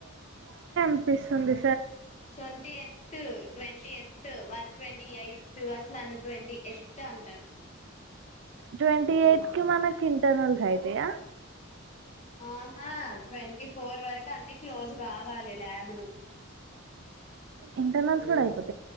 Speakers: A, on the right; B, on the left.
A: నిపిస్తుంది
B: ట్వంటి యత్త్ ట్వం టి వాళ్ళు ట్వంటీ యయ్త్ అట్లా అన్ ట్వంటీ ఏఫ్త్ అం
A: ట్వంటీ యయ్త్ కి మనకి ఇంటర్నల్స్ అయితయ
B: ఆహా ట్వంటి ఫోర్ వరక్ అన్ని క్లోజ్ కావాలే ల్యాబులు
A: ఇంటర్నల్స్ కూడా అయిపోతు